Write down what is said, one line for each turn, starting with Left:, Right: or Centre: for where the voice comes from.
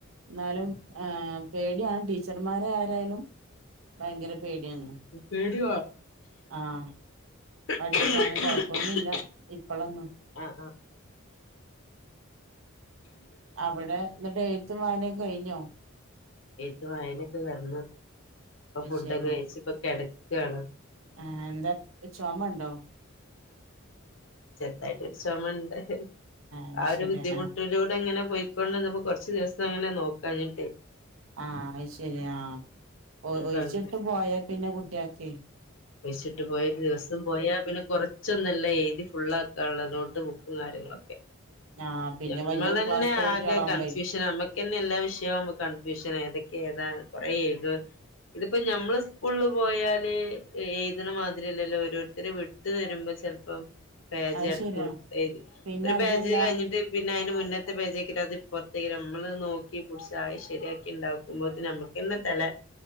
Right: എന്നാലും ഏ പേടിയാണ് ടീച്ചർമാരെ ആരായാലും ഭയങ്കര പേടിണ് ആണ്
Left: പേടി
Right: ആഹ് പഠിക്കാന്
Left: വാണം
Right: കൊഴപ്പൊന്നുല്ല ഇപ്പളൊന്നും
Left: ആഹ് ആഹ്
Right: അവിടെ ന്നിട്ട് എഴുത്തുംവായാനൊക്കെ കഴിഞ്ഞോ
Left: എഴുത്തും വയനൊക്കെ കിടന്ന് അപ്പൊ
Right: അത്
Left: ഫുഡൊക്കെ
Right: ശരി
Left: കഴിച്ച ഇപ്പൊ കിടക്കണ്
Right: ആ എന്താ ചുമണ്ടോ
Left: അതായിട്ട രു ചുമമ ഉണ്ട്
Right: അത്
Left: ആ
Right: ശരി
Left: ഒരു ബുദ്ധിമുട്ടിലൂടെ
Right: ആ
Left: ഇങ്ങനെ പോയിക്കൊണ്ട്ന്നപ്പോ കൊറച്ച് ദിവസം ങ്ങനെ നോക്കാഞ്ഞിട്ടേ
Right: ആ അത് ശരി ആ ഒ
Left: ഇപ്പ
Right: ഒഴിച്ചിടുത്ത്
Left: അങ്ങനെ
Right: പോയ പിന്നെ കുട്ടിയ്ക്കെ
Left: ഴിച്ചിട്ട് പോയരു ദിവസം പോയാ പിന്നെ കൊറ കൊച്ചന്നല്ല എഴുതി ഫുള്ളക്കാനുള്ളത് നോട്ടബുക്കും കാര്യങ്ങളൊക്കെ
Right: ആ പിന്നെ
Left: നഞമ്മൾന്നെ
Right: വലിയ ക്ലാസ്സത്തെ കുട്ടികളാവുമ്പളേ
Left: ആകെ കൺഫ്യൂഷൻ നമ്മക്ക്ന്നെ എല്ലാ വിഷയവും കൺഫ്യൂഷൻ ഇടക്ക് ഏതാ കുറെ ഏതു ഇതിപ്പോ ഞമ്മള് സ്കൂളിൽ പോയാല് എഴുതണ മാതിരില്ലല്ലോ ഓരോരുത്തർ വിട്ട് തരു ചെൽപ്പം പേജ്
Right: അത്
Left: അടുത്തുവിട്ട്
Right: ശരിയാ
Left: എഴുതി
Right: പിന്നെ
Left: ഒരുപേജ്
Right: അതുമല്ല
Left: കയിഞ്ഞു പി പിന്നെ അതിന്റെ മുന്നത്തെ പേജക്കി അത്പ്പറത്തേക്ക് നമ്മള് നോക്കി കുടിച്ചായി ശരിയാക്കി ഉണ്ടാക്കുമ്പഴ നമുക്ക് എന്ന് തല